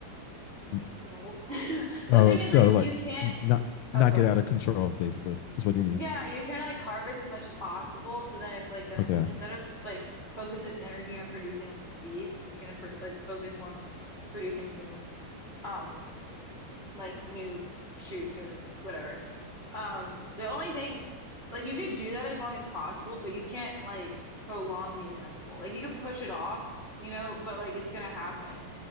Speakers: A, on the left; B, on the right.
A: Mm,
B: bolt. <laughs> But
A: Oh,
B: the thing is
A: so
B: like you
A: like
B: can't
A: not not
B: oh go
A: get
B: ahead.
A: out of control basically is what you mean.
B: Yeah, you're trying to like harvest as much as possible so then it's like gonna
A: Okay.
B: instead of like focus its energy on producing like the seeds, it's gonna pr like focus more on like producing new um like new shoots or like whatever. Um, the only thing, like you could do that as long as possible, but you can't like prolong the inevitable. Like you could push it off, you know, but like it's gonna happen.